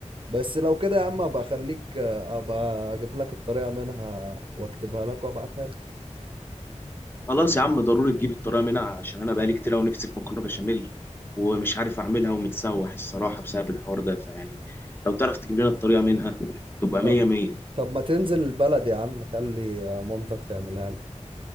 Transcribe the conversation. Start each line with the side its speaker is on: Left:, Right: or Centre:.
Right: بس لو كده يا عم أبقى أخليك أبقى أجيب لك الطريقة منها وأكتبها لك وأبعتها لك
Left: خلاص يا عم ضروري تجيب الطريقه منها عشان انا بقالي كتير قوي نفسي في مكرونه بشاميل ومش عارف اعملها ومتسوح الصراحه بسبب الحوار ده فيعني لو تعرف تجيب لنا الطريقه منها تبقى
Right: طب
Left: مية مية
Right: طب ما تنزل البلد يا عم خلي مامتك تعملها